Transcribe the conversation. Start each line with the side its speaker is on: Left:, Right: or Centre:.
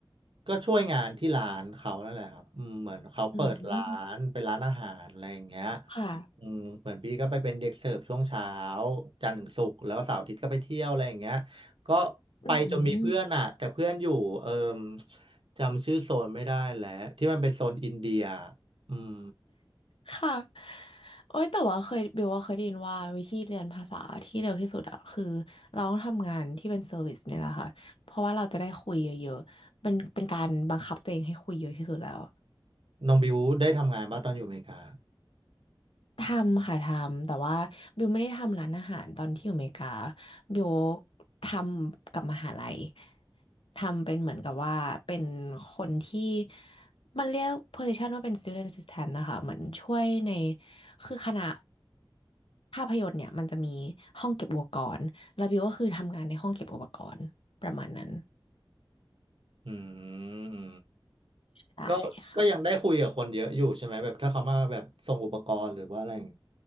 Right: ก็ช่วยงานที่ร้านเขานั่นแหละครับอืมเหมือนเขาเปิดร้านเป็นร้านอาหารอะไรอย่างเงี้ย
Left: อืม ค่ะ
Right: อืมเหมือนพี่ก็ไปเป็นเด็กเสิร์ฟช่วงเช้าจันทร์ถึงศุกร์แล้วก็เสาร์อาทิตย์ก็ไปเที่ยวอะไรอย่างเงี้ยก็
Left: อืม
Right: ไปจนมีเพื่อนอ่ะแต่เพื่อนอยู่เอิ่มจำชื่อโซนไม่ได้แล้วที่มันเป็นโซนอินเดียอืม
Left: ค่ะโอ้ย แต่ว่าเคยบิวว่าเคยได้ยินว่าวิธีเรียนภาษาที่เร็วที่สุดอะคือเราต้องทำงานที่เป็นเซอร์วิสเนี่ยแหละค่ะ เพราะว่าเราจะได้คุยเยอะๆเป็นเป็นการบังคับตัวเองให้คุยเยอะที่สุดแล้ว
Right: น้องบิวได้ทำงานบ้างตอนอยู่อเมริกา
Left: ทำค่ะทำแต่ว่าบิวไม่ได้ทำร้านอาหารตอนที่อยู่อเมริกาบิวทำกับมหาลัยทำเป็นเหมือนกับว่าเป็นคนที่มันเรียก position ว่าเป็น student assistant นะคะเหมือนช่วยในคือคณะภาพยนตร์เนี่ยมันจะมีห้องเก็บอุปกรณ์แล้วบิวก็คือทำงานในห้องเก็บอุปกรณ์ประมาณนั้น
Right: อืม
Left: ได้ค่ะ
Right: ก็ก็ยังได้คุยกับคนเยอะอยู่ใช่ไหมแบบถ้าเขามาแบบส่งอุปกรณ์หรือว่าอะไรอย่าง